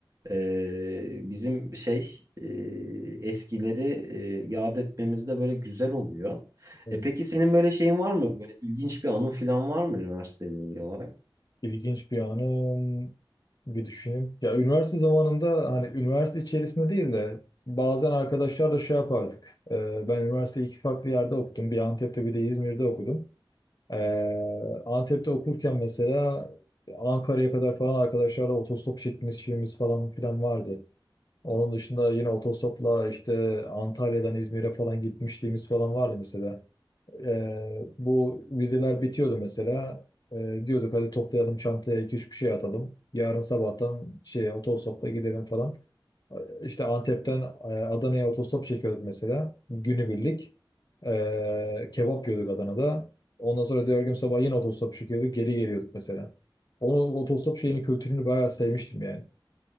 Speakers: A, on the right; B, on the left.
A: e, bizim şey e, eskileri e, yad etmemiz de böyle güzel oluyor.
B: Evet,
A: E peki senin böyle şeyin var mı? Böyle ilginç bir anın falan var mı üniversiteyle ilgili olarak?
B: İlginç bir anım. Bir düşüneyim. Ya üniversite zamanında hani üniversite içerisinde değil de bazen arkadaşlarla şey yapardık. Ee, ben üniversiteyi iki farklı yerde okudum. Bir Antep'te bir de İzmir'de okudum. Ee, Antep'te okurken mesela Ankara'ya kadar falan arkadaşlarla otostop çekmemiz şeyimiz falan filan vardı. Onun dışında yine otostopla işte Antalya'dan İzmir'e falan gitmişliğimiz falan vardı mesela. Ee, bu vizeler bitiyordu mesela. Ee, diyorduk hadi toplayalım çantaya iki üç bir şey atalım. Yarın sabahtan şey otostopla gidelim falan. Ee, İşte Antep'ten e, Adana'ya otostop çekiyorduk mesela. Günübirlik. Ee, kebap yiyorduk Adana'da. Ondan sonra diğer gün sabah yine otostop çekiyorduk. Geri geliyorduk mesela. Onu otostop şeyini kültürünü bayağı sevmiştim yani.